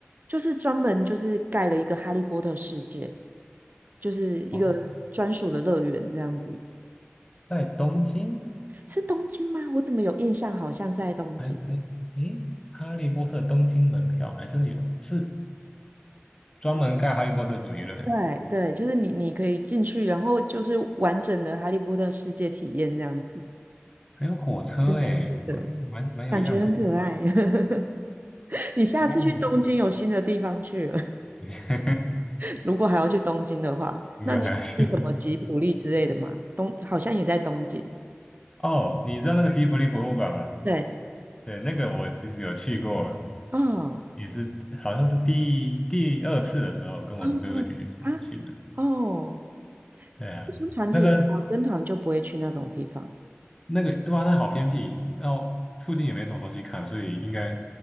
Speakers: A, on the right; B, on the left.
A: 就是专门就是盖了一个哈利波特世界，就是一个专属的乐园这样子。
B: 哦，在东京？
A: 是东京吗？我怎么有印象好像是在东京？
B: 还还诶，哈利波特东京门票还真的有，是专门盖哈利波特主题的，园，
A: 对对，就是你你可以进去，然后就是完整的哈利波特世界体验这样子，
B: 还有火车诶，
A: 还蛮酷的，
B: 好像蛮蛮有样子的。
A: 感觉很可爱。<laughs> 你下次去东京有新的地方去了，
B: 哦，<laughs> 你
A: <laughs> 如果还要去东京的话，
B: 你们还要去？
A: 那你有去什么吉卜力之类的吗？东好像也在东京。
B: 哦，你知道那个吉卜力博物馆吗？
A: 对，
B: 对，那个我其实有去过，
A: 哦。
B: 也是好像是第第二次的时候，跟我的哥哥姐姐去去的。
A: 啊啊哦，
B: 对啊，
A: 我像团体比较跟团就不会去那种地方。
B: 那个那个对啊，那好偏僻，然后附近也没什么东西看，所以应该